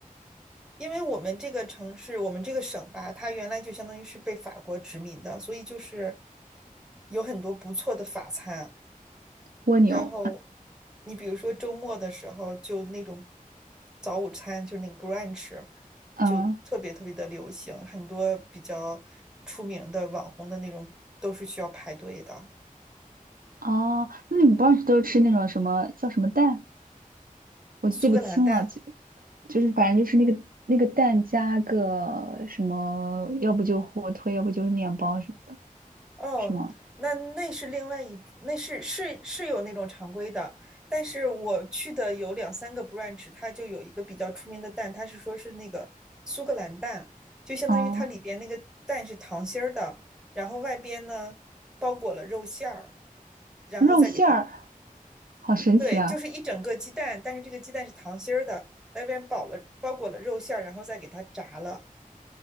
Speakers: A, in the centre; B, on the right.
A: 因为我们这个城市，我们这个省吧，它原来就相当于是被法国殖民的，所以就是有很多不错的法餐。
B: 蜗牛。
A: 然后你比如说周末的时候，就那种早午餐，就是那个 brunch，
B: <laughs> 嗯，
A: 就特别特别的流行，很多比较出名的网红的那种都是需要排队的。
B: 哦，那你们不是都吃那种什么叫什么蛋？我就记不清了，
A: 苏格兰蛋
B: 就就是反正就是那个那个蛋加个什么，要不就火腿，要不就是面包什么的，
A: 哦，
B: 是吗？
A: 那那是另外一，那是是是有那种常规的，但是我去的有两三个 branch，它就有一个比较出名的蛋，它是说是那个苏格兰蛋，就相当于它里边那个蛋是糖心儿的，
B: 啊，
A: 然后外边呢包裹了肉馅儿，然后再给它，
B: 肉馅儿，好神奇啊！
A: 对，就是一整个鸡蛋，但是这个鸡蛋是糖心儿的，外边包了包裹了肉馅儿，然后再给它炸了。